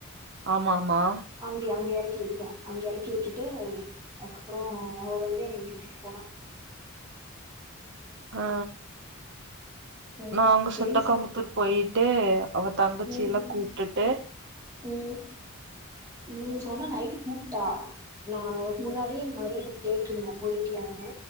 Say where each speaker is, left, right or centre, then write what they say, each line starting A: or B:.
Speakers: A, on the right; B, on the right.
A: ஆமாம்மா
B: அங்க அங்க எறக்கி விட்டுடோ அங்க எறக்கிவுட்டுட்டு அதுக்கப்ற அவ வந்து என்ன இங்க விட்டுட்டு போனா
A: ஆ
B: ம்
A: நா அங்க சுண்டக்கா
B: என்ன சார்
A: முத்தூருக் போயிட்டு அவ தங்கச்சிலா
B: ம்
A: கூப்டுட்டு
B: ம் ம் சொன்னா நைட்டு கூப்ட்டா நா முன்னாடியே இந்த மாரி கேட்ருந்தே போயிட்டியானு